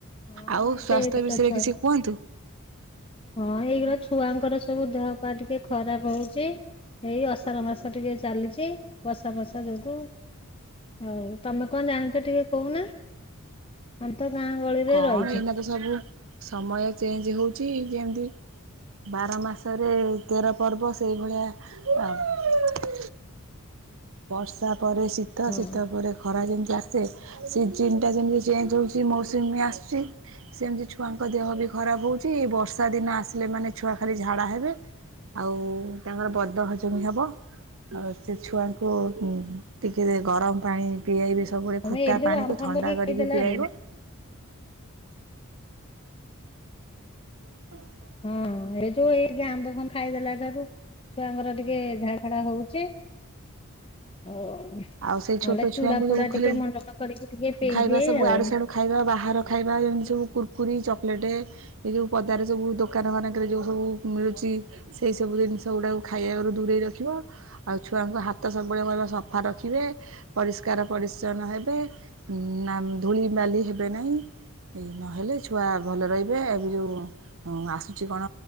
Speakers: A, on the left; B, on the right.
A: ହଁ
B: ଆଉ
A: ଏବେ
B: ସ୍ଵାସ୍ଥ୍ୟ
A: ଛୋଟ
B: ବିଷୟରେ
A: ଛୁଆ
B: କିଛି କୁହନ୍ତୁ।
A: ହଁ ଏଇଗୁଡ଼ା ଛୁଆଙ୍କର ସବୁ ଦେହ ପା ଟିକେ ଖରାପ ହଉଛି। ଏଇ ଅଷାଢ଼ ମାସ ଟିକେ ଚାଲିଛି ବର୍ଷା ଫର୍ଶା ଯୋଗୁ। ହଉ ତମେ କଣ ଜାଣିଛ ଟିକେ କହୁନା? ତ ଗାଁ ଗହଳିରେ
B: କଣ
A: ରହିଛ
B: ଏଇନା ତ ସବୁ ସମୟ ଚେଞ୍ଜ ହେଉଛି ଯେମତି ବାର ମାସରେ ତେର ପର୍ବ ସେଇଭଳିଆ ଆଉ ବର୍ଷା ପରେ ଶୀତ,
A: ହଁ
B: ଶୀତ ପରେ ଖରା, ଯେମିତି ଆ ସେ, ସିଜିନି ଟା ଯେମିତି ଚେଞ୍ଜ ହଉଛି ମୌସୁମୀ ଆସୁଛି, ସେମତି ଛୁଆଙ୍କ ଦେହ ବି ଖରା ଖରାପ ହଉଛି, ଏଇ ବର୍ଷା ଦିନ ଆସିଲେ ମାନେ ଛୁଆ ଖାଲି ଝାଡା ହେବେ ଆଉ ତାଙ୍କର ବଦହଜମି ହେବ। ଆଉ ସେ ଛୁଆଙ୍କୁ ହୁଁ ହୁଁ। ଟିକେ ଗରମ ପାଣି ପିଆଇବେ ସ ସବୁବେଳେ
A: ତମେ
B: ଫୁଟା
A: ଏଠି ଯୋଉ
B: ପାଣିକୁ
A: ଆମ୍ବ ଫାମ୍ବ
B: ଥଣ୍ଡା
A: ଟିକେ
B: କରିକି
A: ଖାଇଦେଲାରୁ
B: ପିଆଇବ <inaudible>
A: ହଁ ଏଇ ଯୋଉ ଏଇ ଟିକେ ଆମ୍ବ ଫାମ୍ୱ ଖାଇଦେଲା ଠାରୁ ଛୁଆଙ୍କର ଟିକେ ଝାଡ଼ା ଫାଡା ହଉଛି ଆଉ
B: ଆଉ ସେଇ
A: ନହେଲେ
B: ଛୋଟଛୁଆଙ୍କୁ
A: ଚୁଡା ଫୁଡା
B: ଯୋଉ ଖାଲି
A: ଟିକେ ମଣ୍ଡନ କରିକି ଟିକେ ପିଇଦିଏ
B: ଖାଇବା ସବୁ
A: ଆଉ।
B: ଆଡ଼ୁସାଡୁ ଖାଇବା ବାହାର ଖାଇବା ଯେମିତି ସବୁ କୁର କୁରୀ, ଚକଲେଟେ, ଏ ଯୋଉ ପଦାରେ ସବୁ ଦୋକାନ ମାନଙ୍କରେ ଯୋଉ ସବୁ ମିଳୁଚି ସେଇସବୁ ଜିନି ଜିନିଷ ଗୁଡାକୁ ଖାଇଆରୁ ଦୂରେଇ ରଖିବ, ଆଉ ଛୁଆଙ୍କୁ ହାତ ସବୁବେଳେ କହିବ ସଫା ରଖିବେ, ପରିଷ୍କାର ପରିଚ୍ଛନ୍ନ ହେବେ, ନା ଧୂଳି ବାଲି ହେବେନେଇଁ ଏଇ ନହେଲେ ଛୁଆ ଭଲ ରହିବେ, ଏବେ ଯୋଉ ଆସୁଛି କଣ